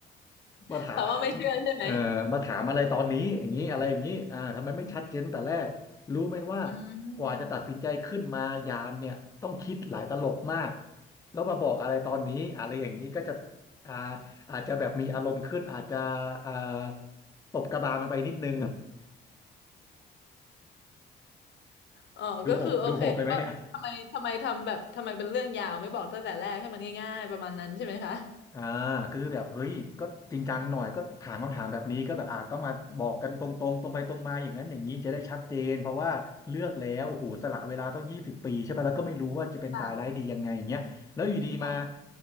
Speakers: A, on the left; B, on the left.
A: <laughs>
B: มาถาม
A: แต่ว่าไม่เชื่อใช่ไหม
B: เอ่อมาถามอะไรตอนนี้อย่างนี้อะไรอย่างนี้อ่าทำไมไม่ชัดเจนตั้งแต่แรกรู้ไหมว่า
A: อืมอืม
B: กว่าจะตัดสินใจขึ้นมายามเนี่ยต้องคิดหลายตลบมากแล้วมาบอกอะไรตอนนี้อะไรอย่างนี้ก็จะอ่าอาจจะแบบมีอารมณ์ขึ้นอาจจะอ่าตบกระบาลมันไปนิดนึง <laughs>
A: อ๋อก็คือโอเคว่าทำไมทำไมทำแบบทำไมเป็นเรื่องยาวไม่บอกตั้งแต่แรกให้มันง่ายๆประมาณนั้นใช่ไหมคะ
B: ดูโหดดูโหดไปไหมเนี่ย อ่าคือแบบเฮ้ยก็จริงจังหน่อยก็ถามคำถามแบบนี้ก็แบบอาจต้องมาบอกกันตรงๆตรงไปตรงมาอย่างนั้นอย่างนี้จะได้ชัดเจนเพราะว่าเลือกแล้วโอ้โหสละเวลาต้องยี่สิบปีใช่ปะแล้วก็ไม่รู้ว่าจะเป็นตายร้ายดียังไงอย่างเงี้ยแล้วอยู่ดีมา
A: ค่ะค่ะ